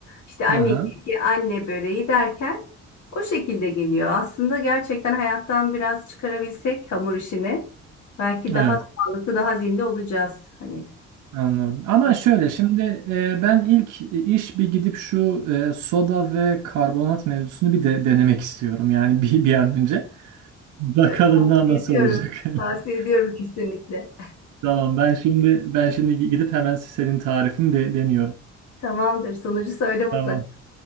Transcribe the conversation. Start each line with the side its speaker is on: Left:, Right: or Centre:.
Left: İşte anne
Right: Aha,
Left: keki, anne böreği derken o şekilde geliyor. Aslında gerçekten hayattan biraz çıkarabilsek hamur işini belki
Right: evet
Left: daha sağlıklı, daha zinde olacağız. Hani
Right: anladım. Ama
Left: o-
Right: şöyle şimdi e, ben ilk iş bir gidip şu e, soda ve karbonat mevzusunu bir de denemek istiyorum. Yani bir bir an önce. Bakalım
Left: evet, tavsiye
Right: da nasıl
Left: ediyorum.
Right: olacak.
Left: Tavsiye
Right: <laughs>
Left: ediyorum kesinlikle.
Right: Tamam ben şimdi ben şimdi gidip hemen senin tarifini de deniyorum.
Left: Tamamdır. Sonucu söyle mutlak.
Right: Tamam.